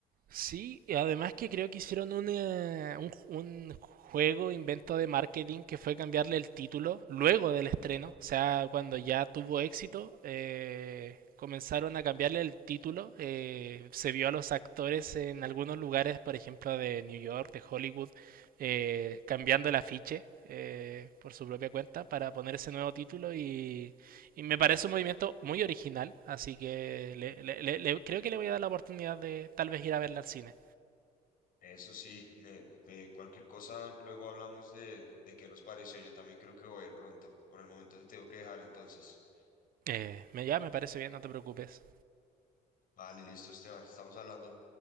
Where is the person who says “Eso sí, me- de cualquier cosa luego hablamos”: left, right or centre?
Left